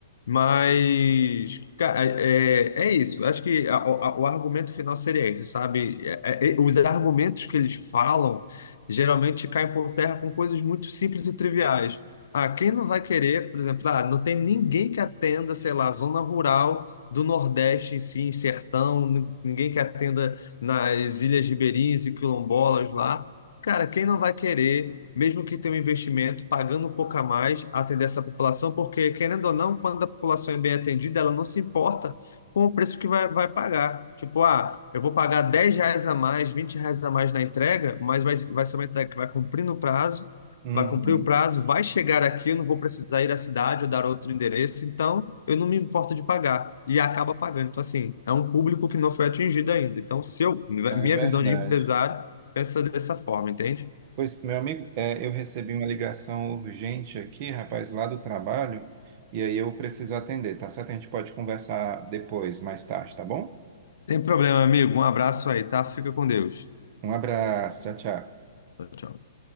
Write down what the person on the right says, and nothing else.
Uhum,
é verdade.
Pois, meu amigo, é, eu recebi uma ligação urgente aqui, rapaz, lá do trabalho, e aí eu preciso atender, tá certo? A gente pode conversar depois, mais tarde, tá bom?
Um abraço, tchau, tchau.